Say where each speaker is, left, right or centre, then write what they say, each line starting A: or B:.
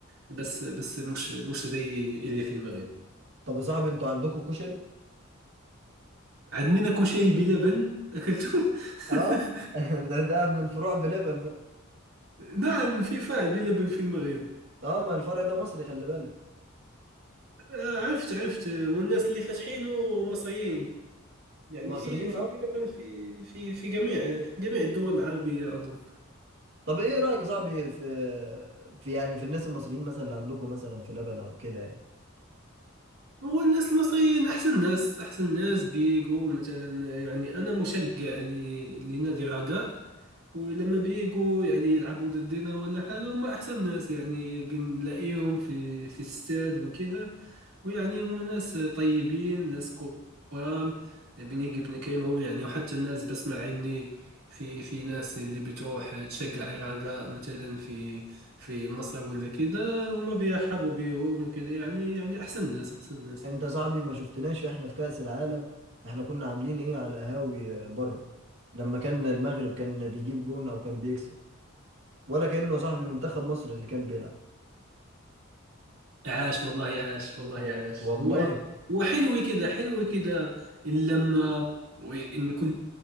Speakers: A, on the right; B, on the right.
A: بس بس مش مش زي اللي في المغرب
B: طب يا صاحبي انتوا عندكم كشري
A: عندنا كشري بلبن أكلته
B: اه
A: <laughs>
B: <laughs> ده ده من فروع بلبن بقى
A: نعم فيفا بلبن في المغرب
B: اه ما الفرع ده مصري خلي بالك
A: آه عرفت عرفت آه، والناس اللي فاتحينه مصريين يعني
B: مصريين
A: في في
B: اه
A: بلبن في في في جميع جميع الدول العربية أظن
B: طب ايه رايك يا صاحبي في في يعني في الناس المصريين مثلا اللي عندكم مثلا في لبن او كده يعني
A: هو الناس المصريين أحسن ناس أحسن ناس بيجو مثلا يعني أنا مشجع ل- لنادي الرجاء ولما بيجوا يعني يلعبوا ضدنا ولا حاجة هم أحسن ناس يعني بنلاقيهم في في استاد وكذا ويعني هم ناس طيبين ناس كرام بنيجي بنكلمهم يعني وحتى الناس بسمع إني في في ناس اللي بتروح تشجع الرجاء مثلا في في مصر ولا كذا هما بيرحبوا بيهم وكذا يعني يعني أحسن ناس أحسن ناس
B: انت صاحبي ما شفتناش احنا في كأس العالم احنا كنا عاملين ايه على القهاوي بره لما كان المغرب كان بيجيب جون او كان بيكسب ولا كأنه صاحبي منتخب مصر اللي كان بيلعب
A: عاش والله عاش والله
B: و-
A: عاش
B: والله
A: هو وحلو كده حلو كده اللمة وإن كل